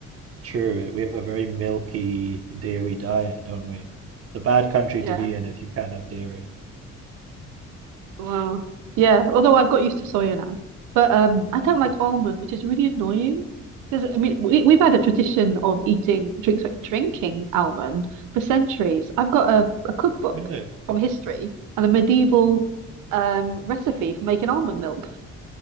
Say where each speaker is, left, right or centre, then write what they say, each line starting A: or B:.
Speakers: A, on the right; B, on the right.
A: true. We have a very milky dairy diet, don't we? It's a bad country
B: yeah.
A: to be in if you can't have dairy.
B: Wow. Yeah. Although I've got used to soya now, but um,
A: Oh,
B: I don't
A: okay.
B: like almond, which is really annoying. Because I mean, we, we've had a tradition of eating drink, sorry, drinking almond for centuries. I've got a, a cookbook
A: Really? <laughs>
B: from history and a medieval um recipe for making almond milk.